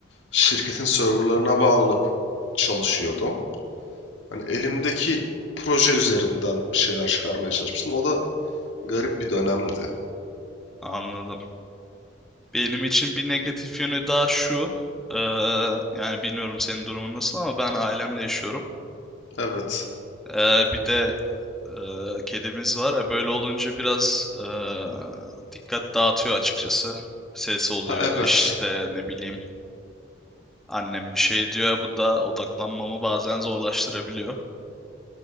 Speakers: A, on the left; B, in the centre.
A: şirketin serverlarına bağlanıp çalışıyordum. Hani elimdeki proje üzerinden bir şeyler çıkarmaya çalışmıştım. O da garip bir dönemdi.
B: Anladım. Benim için bir negatif yönü daha şu. eee, yani bilmiyorum senin durumun nasıl ama ben ailemle yaşıyorum.
A: Evet.
B: Eee, bir de eee, kedimiz var. E, böyle olunca biraz eee, dikkat dağıtıyor açıkçası. Ses oluyor
A: Ha evet.
B: işte ne bileyim Annem bir şey diyor, bu da odaklanmamı bazen zorlaştırabiliyor.